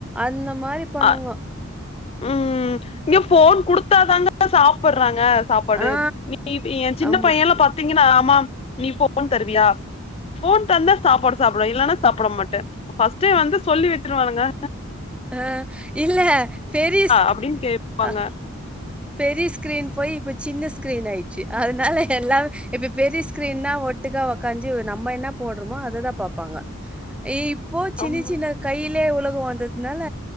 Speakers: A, in the centre; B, on the left (about 25°).
A: அந்த மாரி பண்ணுங்கோ
B: அ ம் இங்க ஃபோன் குடுத்தாதாங்க சாப்புட்றாங்க சாப்பாடு
A: ஆ
B: நீ என் சின்ன
A: ஆமா.
B: பையன்லாம் பாத் த்தீங்கன்னா ஆமாம் நீ ஃபோன் தருவியா ஃபோன் தந்தா சாப்பாடு சாப்புடுவன் இல்லனா சாப்புட மாட்ட ஃபர்ஸ்டே வந்து சொல்லி வச்சுருவானுக
A: அ இல்ல பெரிஸ்க்
B: அப்டின்னு கேப்பாங்க
A: அ பெரிய ஸ்கிரீன் போய் இப்ப சின்ன ஸ்க்ரீன் ஆயிட்ச்சு அதனால எல்லாமே இப்ப பெரிய ஸ்கிரீன்னா ஒட் ட்டுக்க ஒக்காஞ்சு நம்ம என்ன போட்றமோ அததான் பாப்பாங்க இப்போ சின்ன
B: ஆமா
A: சின்ன கையிலே உலகம் வந்ததுனால